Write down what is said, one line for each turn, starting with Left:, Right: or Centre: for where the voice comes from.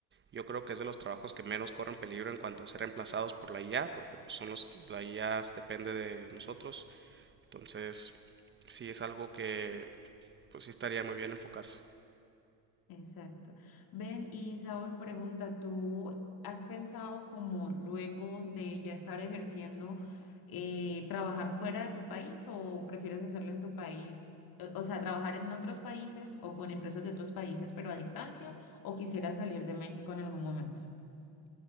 Right: yo creo que es de los trabajos que menos corren peligro en cuanto a ser reemplazados por la IA, porque pues son los, la IA depende de nosotros, entonces sí es algo que pues sí estaría muy bien enfocarse.
Left: Exacto. Ven, y Saúl pregunta, ¿tú has pensado como luego de ya estar ejerciendo, eh, trabajar fuera de tu país o prefieres hacerlo en tu país? Eh, O sea, trabajar en otros países o con empresas de otros países, pero a distancia, o quisieras salir de México en algún momento.